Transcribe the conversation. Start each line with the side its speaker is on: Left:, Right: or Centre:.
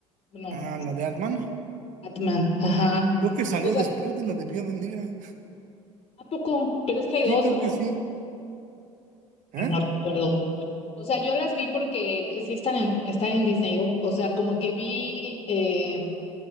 Left: No,
Right: Ah, la de Ant-Man.
Left: Batman, ajá.
Right: Creo que salió
Left: O sea,
Right: después de la de Viuda Negra.
Left: ¿A poco? Pero es que hay dos,
Right: Sí, creo
Left: ¿no?
Right: que sí. ¿Eh?
Left: Eh, No recuerdo. O sea, yo las vi porque sí están en, están en Disney. O o sea, como que vi eh,